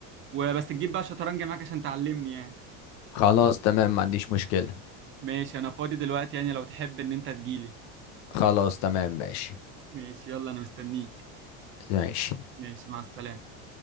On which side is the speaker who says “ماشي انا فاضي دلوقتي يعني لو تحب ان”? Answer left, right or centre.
Right